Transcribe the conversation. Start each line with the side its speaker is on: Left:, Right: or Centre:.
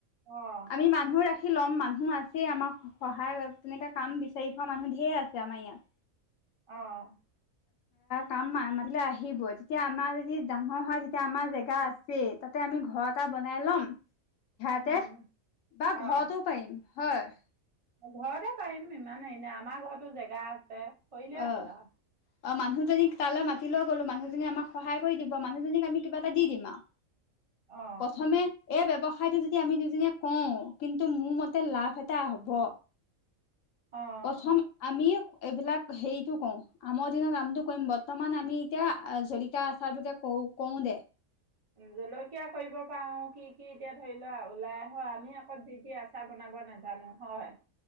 Right: অ'
Left: আমি মানুহ ৰাখি ল'ম মানুহ আছেই আমাক সহায় তেনেককা কাম বিচাৰি পোৱা মানুহ ধঢেৰ আছে আমাৰ ইয়াত
Right: অ'
Left: কাম মতিলে আহিব তেতিয়া আমাৰ যদি ডাঙৰ হয় তেতিয়া আমাৰ জেগা আছে তাতে আমি ঘৰ এটা বনাই ল'ম। সিহতে
Right: উম,
Left: বা
Right: অ',
Left: ঘৰৰতো পাৰিম হয়
Right: ঘৰতে পাৰিম ইমান হেৰি নাই আমাৰ ঘৰতো জেগা আছে কৰিলেই
Left: আহ,
Right: হ'ল আৰু।
Left: অ', মুহজনী তালৈ মাতি লৈ গ'লো, মানুহজনী আমাক সহায় কৰি দিব, মানুহজনীক আমি কিবা এটা দিম আৰু
Right: অ',
Left: প্ৰথমে, এই, ব্যৱসায়টো যদি আমি দুজনে কওঁ কিন্তু মোৰ মতে লাভ এটা হব।
Right: অ'।
Left: প্ৰথম, আমি এইবিলাক হেৰিতটো কওঁ। আমৰ দিনত আমটো কৰিম, বৰ্তমান আমি এতিয়া জলিকীয়া আচাৰটোোকে কৰো কৰো দে।
Right: জলকীয়া কৰিব পাৰও, কি, কি, এতিয়া ধৰি লোৱা ওলাই আহ আমি আকৌ যি দি আছো- চাহ, বনাব নাজানো হয়।